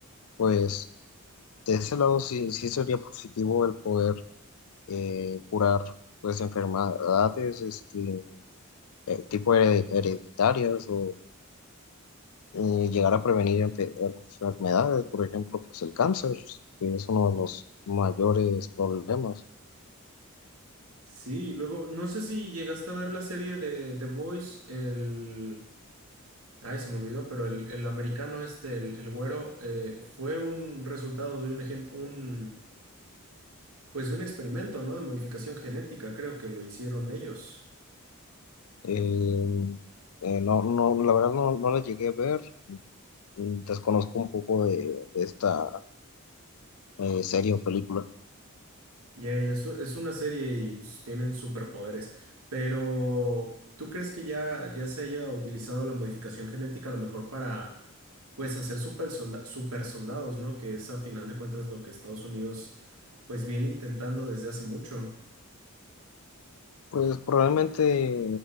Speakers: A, on the left; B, on the right.
A: pues de ese lado sí, sí sería positivo el poder eh, curar pues enfermedades este, eh, tipo here- hereditarias o eh, llegar a prevenir enfe- enfermedades, por ejemplo, pues el cáncer, que es uno de los mayores problemas.
B: Sí, y luego, no sé si llegaste a ver la serie de The Boys, el... Ay, se me olvidó, pero el, el americano este, el, el güero, eh, fue un resultado de un ejemplo, un, pues de un experimento, ¿no? De modificación genética, creo que lo hicieron ellos.
A: Eh, eh, no, no, la verdad no, no la llegué a ver. Mm, Desconozco un poco de, de esta eh, serie o película.
B: Ya es, u- es una serie y s- tienen superpoderes, pero ¿tú crees que ya, ya se haya utilizado la modificación genética a lo mejor para, pues, hacer super, super soldados, ¿no? Que es a final de cuentas lo que Estados Unidos, pues, viene intentando desde hace mucho.
A: Pues probablemente